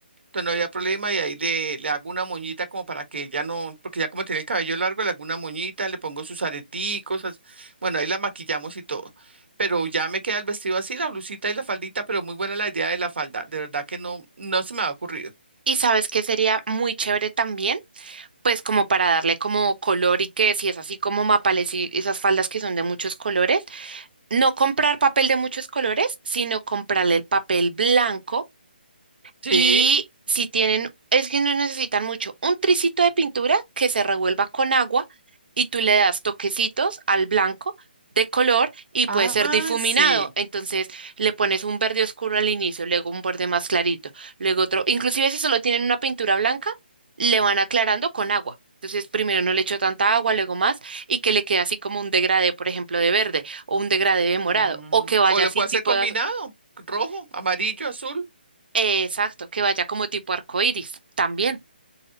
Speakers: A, on the right; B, on the right.
A: Entonces no había problema y ahí le, le hago una moñita como para que ella no, porque ya como tiene el cabello largo, le hago una moñita, le pongo sus areticos, as- bueno, ahí la maquillamos y todo. Pero ya me queda el vestido así, la blusita y la faldita, pero muy buena la idea de la falda, de verdad que no, no se me ha ocurrido.
B: ¿Y sabes qué sería muy chévere también? pues como para darle como color y que si es así como mapales y esas faldas que son de muchos colores, no comprar papel de muchos colores, sino comprarle el papel blanco
A: Sí.
B: y si tienen, es que no necesitan mucho, un tricito de pintura que se revuelva con agua y tú le das toquecitos al blanco de color y puede
A: Ah,
B: ser difuminado.
A: sí.
B: Entonces le pones un verde oscuro al inicio, luego un verde más clarito, luego otro. Inclusive si solo tienen una pintura blanca, le van aclarando con agua. Entonces primero no le echo tanta agua, luego más, y que le quede así como un degradé, por ejemplo, de verde o un degradé de morado,
A: Mm,
B: o que vaya
A: O lo
B: así
A: puedo
B: tipo
A: hacer combinado,
B: de az-
A: rojo, amarillo, azul.
B: Exacto, que vaya como tipo arcoíris también.